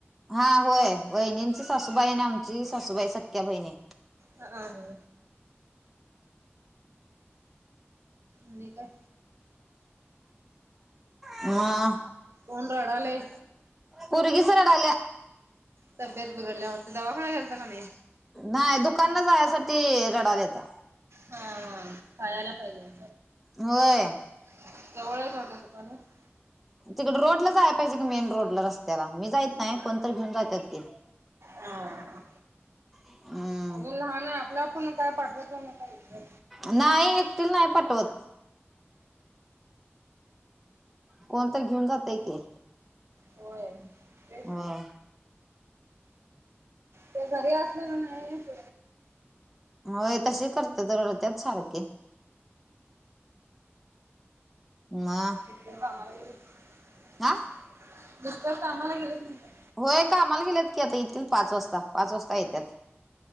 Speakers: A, in the centre; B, on the right.
A: हा होय बहिणींची सासूबाई आणि आमची सासूबाई सक्या बहिणी
B: ह हा हा आणि काय
A: ह
B: कोण रडालय?
A: पुरगीच रडल्या
B: तब्येत बिघडल्या वाटते दवा कोणा घ्यालता का नाही
A: नाही दुकानना जाण्यासाठी रडाले आता
B: हा ह पाळला पहि
A: होय
B: <unintelligible>
A: तिकड रोड ला जायला पाहिजे की मेन रोडला रस्त्याला मी जायत नाही कोणत घेन जातात की
B: ह
A: हम्म
B: अजून लहान आहे आपल्या पण काय पाठवायचं नाही का
A: नाही एकतील नाही पटवत कोण तर घेऊन जातय की
B: होय तेच
A: होय
B: त्या घरी असल्या ना नाही त
A: होय तसे करते तर त्याच सारखे <unintelligible>
B: <inaudible>
A: आ
B: <inaudible>
A: होय का आम्हाला गेल्यात की आता येथील पाच वाजता पाच वाजता येतात